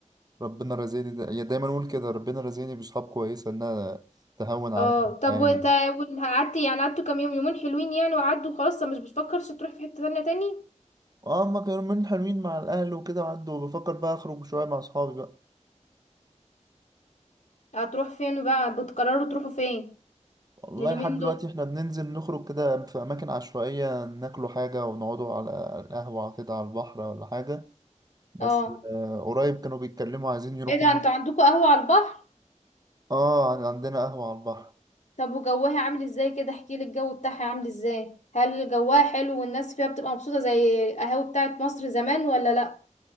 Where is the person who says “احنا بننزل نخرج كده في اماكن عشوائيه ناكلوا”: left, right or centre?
Right